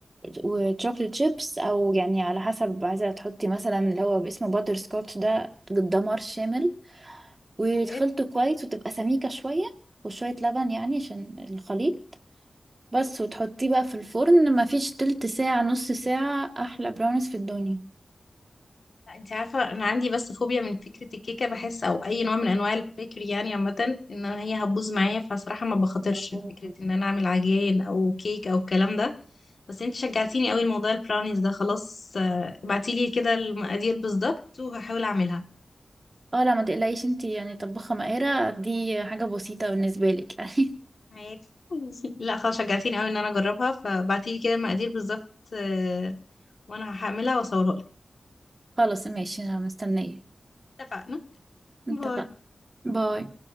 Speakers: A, on the right; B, on the left.
A: وتشوكلت شيبس او يعني على حسب عايزه تحطي مثلا اللي هو باسمه باتر سكوتش ده دمار شامل وتخلطه
B: ايه
A: كويس وتبقى سميكه شويه وشويه لبن يعني عشان الخليط بس وتحطيه بقى في الفرن ما فيش تلت ساعه نص ساعه احلى براونيز في الدنيا
B: لا انت عارفة انا عندي بس فوبيا من فكرة الكيكة بحس او اي نوع من انواع البيكري يعني عامة ان أنا هي هتبوظ معايا فصراحة ما بخاطرش
A: آه.
B: فكرة ان انا اعمل عجين او كيك او الكلام ده بس انت شجعتيني قوي الموضوع البراونيز ده خلاص آه، ابعتيلي كده المقادير بالظبط وهحاول اعملها
A: اه لا ما تقلقيش انتي يعني طباخه ماهره دي حاجه بسيطه بالنسبه لك يعني
B: معاك <laughs> لا خلاص شجعتيني قوي ان انا اجربها فبعتيلي كده المقادير بالظبط آه، وانا هعملها واصورها
A: <laughs> خلاص ماشي انا مستنيه
B: اتفقنا
A: اتفقنا
B: باي
A: باي